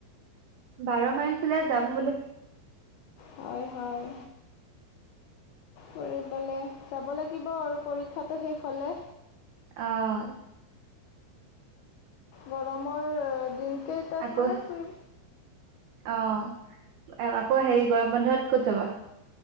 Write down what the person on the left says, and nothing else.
হয়, হয় ফুৰিবলে যাব লাগিব আৰু পৰীক্ষাটো শেষ হ'লে।
গৰমৰ দিন কেই তাত
মানে ফুৰ